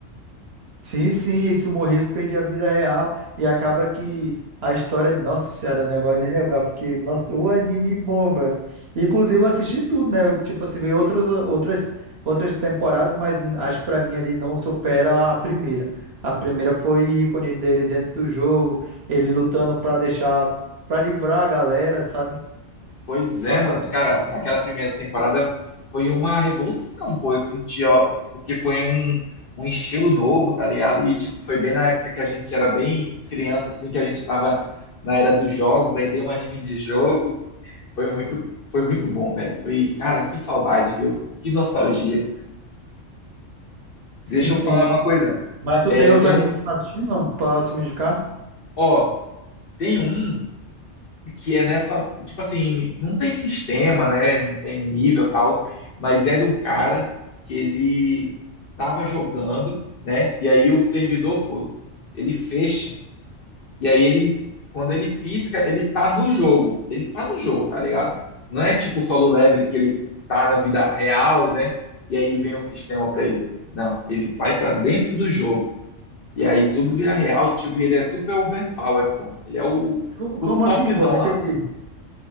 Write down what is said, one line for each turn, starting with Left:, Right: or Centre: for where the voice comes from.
Right: Sim, sim, e se tu morresse, perdia a vida real. E acaba que a história. Nossa Senhora, negócio nem lembrar, porque, nossa, o anime bom, velho. Inclusive, eu assisti tudo, né? Eu, tipo assim, veio outros, outras, outras temporadas, mas acho que pra mim ali não supera a primeira. A primeira foi ícone dele dentro do jogo, ele lutando pra deixar, pra livrar a galera, sabe?
Left: Pois é,
Right: Nossa,
Left: mano,
Right: eu gostei
Left: cara,
Right: demais.
Left: aquela primeira temporada foi uma revolução, pô, eu senti, ó, porque foi um, um estilo novo, tá ligado? E, tipo, foi bem na época que a gente era bem criança, assim, que a gente tava na era dos jogos, aí deu um anime de jogo, foi muito, foi muito bom, velho, foi, cara, que saudade, viu? Que nostalgia.
Right: Sim,
Left: Deixa
Right: sim.
Left: eu falar uma coisa,
Right: Mas tu
Left: é,
Right: tem outro
Left: tem
Right: anime
Left: um,
Right: que tu tá assistindo, não? Posso me indicar?
Left: ó, tem um que é nessa, tipo assim, não tem sistema, né? Não tem nível tal, mas é de um cara que ele tava jogando, né? E aí o servidor, pô, ele fecha. E aí ele, quando ele pisca, ele tá no jogo. Ele tá no jogo, tá ligado? Não é tipo o solo level que ele tá na vida real, né? E aí vem o sistema pra ele. Não, ele vai pra dentro do jogo. E aí tudo vira real, tipo, e ele é super overpower, pô. Ele é o,
Right: Como,
Left: o
Right: como
Left: topzão
Right: assim, pô? Não
Left: lá.
Right: entendi.